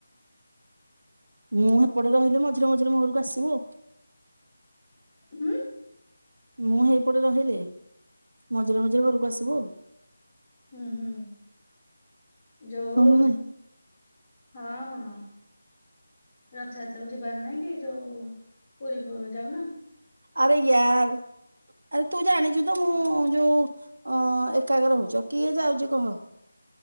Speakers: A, on the right; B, on the left.
A: ମୁଁ ହେପଟେ ରହିଲେ ମଝିରେ ମଝିରେ ମୋ ଘରକୁ ଆସିବୁ ଆଉ।
B: ହୁଁ।
A: ମୁଁ ହେଇପଟେ ରହିଲେ ମଝିରେ ମଝିରେ ଘରକୁ ଆସିବୁ ଆଉ।
B: ହୁଁ ହୁଁ ଯୋଉ
A: ହଁ ନା ନାଇଁ
B: ହଁ ହଁ। ରଥଯାତ୍ରାକୁୁ ଯିବାର ନାହିଁ କି ଯୋଉ ପୁରୀ ପ ଯାଉନ?
A: ଆରେ ୟାର୍ ଆରେ ତୁ ଜାଣିଛୁ ତ ମୁଁ ଯୋଉ ଅ ଏକା ଏକା ରହୁଚ କିଏ ଯାଉଚି କହ।